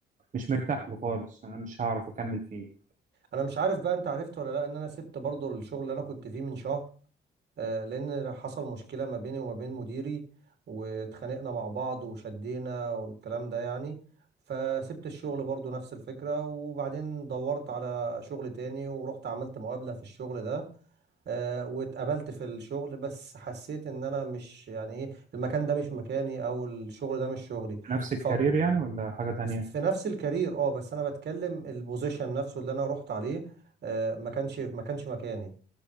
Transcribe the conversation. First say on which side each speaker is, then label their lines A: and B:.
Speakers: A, on the right; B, on the right.
A: مش مرتاح له خالص انا مش هعرف اكمل فيه
B: انا مش عارف بقى انت عرفت ولا لا ان انا سبت برضو الشغل اللي انا كنت فيه من شهر آه، لان حصل مشكله ما بيني وما بين مديري واتخانقنا مع بعض وشدينا والكلام ده يعني فسبت الشغل برضو نفس الفكره وبعدين دورت على شغل تاني ورحت عملت مقابله في الشغل ده آه، واتقابلت في الشغل بس حسيت ان انا مش يعني ايه المكان ده مش مكاني او الشغل ده مش شغلي
A: نفس الكارير
B: ف
A: يعني ولا حاجه تانية
B: في نفس الكارير اه بس انا بتكلم البوزيشن نفسه اللي انا رحت عليه آه، ما كانش ما كانش مكاني